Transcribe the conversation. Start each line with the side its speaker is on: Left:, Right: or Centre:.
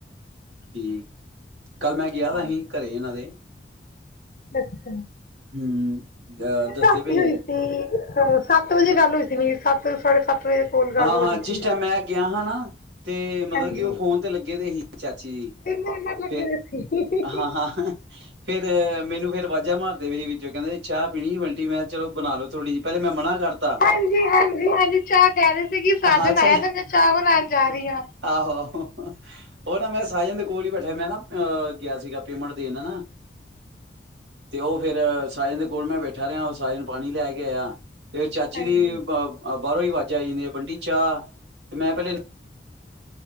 Right: ਠੀਕ ਕੱਲ ਮੈਂ ਗਿਆ ਦਾ
Left: ਹਾਂ।
Right: ਸੀ ਘਰੇ ਇਹਨਾਂ ਦੇ
Left: ਅੱਛਾ
Right: ਹੂੰ ਅ
Left: ਮੇਰੀ
Right: ਦੱਸਦੇ
Left: ਰਾਤੀ
Right: ਪਏ
Left: ਹੋਈ ਸੀ ਸੱਤ ਵਜੇ ਗੱਲ ਹੋਈ ਸੱਤ ਸਾਢੇ ਸੱਤ ਵਜੇ ਕੋਲ ਗੱਲ
Right: ਹਾਂ
Left: ਹੋ
Right: ਹਾਂ
Left: ਰਹੀ
Right: ਜਿਸ
Left: ਸੀ
Right: ਟਾਈਮ ਮੈਂ ਗਿਆ ਹਾਂ ਨਾ ਤੇ ਮਤਲਬ
Left: ਹਾਂਜੀ
Right: ਕਿ ਉਹ ਫੋਨ ਤੇ ਲੱਗੇ ਦੇ ਹੀ ਜੀ
Left: ਤੇ ਮੇਰੇ ਨਾਲ ਲੱਗੇ
Right: ਫੇਰ
Left: ਦੇ ਸੀ
Right: ਹਾਂ ਹਾਂ ਫੇਰ ਮੈਨੂੰ ਫੇਰ ਅਵਾਜ਼ਾ ਮਾਰਦੇ ਵੀ ਸੀ ਵਿੱਚੋਂ ਕਹਿੰਦੇ ਚਾਹ ਪੀਣੀ ਵੈਂਟੀ ਮੈਂ ਚਲੋ ਬਣਾ ਲਓ ਥੋੜ੍ਹੀ ਪਹਿਲੇ ਮੈਂ ਮਨਾ ਕਰਤਾ
Left: ਹਾਂਜੀ ਹਾਂਜੀ ਹਾਂਜੀ ਚਾਹ ਕਹਿ ਰਹੀ ਸੀ ਕਿ ਸਾਜਨ
Right: ਹਾਂ ਅੱਛਾ
Left: ਆਇਆ ਤੇ ਮੈਂ ਚਾਹ ਬਣਾਉਣ ਜਾ ਰਹੀ ਹਾਂ
Right: ਆਹੋ ਆਹੋ। ਉਹ ਨਾ ਮੈਂ ਸੱਜਣ ਦੇ ਕੋਲ ਹੀ ਬੈਠਿਆ ਮੈਂ ਨਾ ਗਿਆ ਸੀਗਾ ਪੈਮੇਂਟ ਦੇਣ ਨਾ ਤੇ ਉਹ ਫਿਰ ਮੈ ਸਾਜਨ ਦੇ ਕੋਲ ਮੈਂ ਬੈਠਾ ਰਿਹਾ ਉਹ ਸਾਜਨ ਪਾਣੀ ਲੈ ਕੇ ਆਇਆ ਫਿਰ ਚਾਚੀ
Left: ਹਾਂਜੀ
Right: ਦੀ <unintelligible> ਜਾਂਦੇ ਈ ਵੰਡੀ ਚਾਹ ਤੇ ਮੈਂ ਪਹਿਲੇ